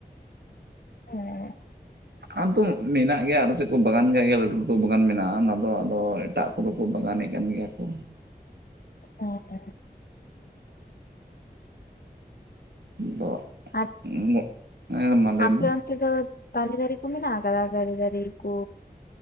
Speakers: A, on the left; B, on the right.
A: ᱦᱮᱸ᱾
B: ᱟᱫᱚ ᱢᱮᱱᱟᱜ ᱜᱮᱭᱟ ᱟᱞᱮ ᱥᱮᱫ ᱠᱚ ᱵᱟᱜᱟᱱ ᱠᱟᱜ ᱜᱮᱭᱟ ᱞᱟᱹᱴᱩ ᱞᱟᱹᱴᱩ ᱵᱟᱜᱟᱱ ᱢᱮᱱᱟᱜᱼᱟ ᱚᱱᱟ ᱫᱚ ᱟᱫᱚ ᱮᱴᱟᱜ ᱠᱚᱫᱚ ᱠᱚ ᱵᱟᱜᱟᱱᱮᱜ ᱠᱟᱱ ᱜᱮᱭᱟ ᱠᱚ᱾
A: ᱦᱮᱸ ᱦᱮᱸ᱾
B: <inaudible>
A: ᱟᱨ
B: ᱦᱮᱸ ᱢᱟ ᱞᱟᱹᱭ
A: ᱟᱯᱮ
B: ᱢᱮ
A: ᱚᱱᱛᱮ ᱫᱚ ᱛᱟᱞᱮ ᱫᱟᱨᱮ ᱠᱚ ᱢᱮᱱᱟᱜ ᱟᱠᱟᱫᱟ ᱛᱟᱞᱮ ᱫᱟᱨᱮ ᱠᱚ?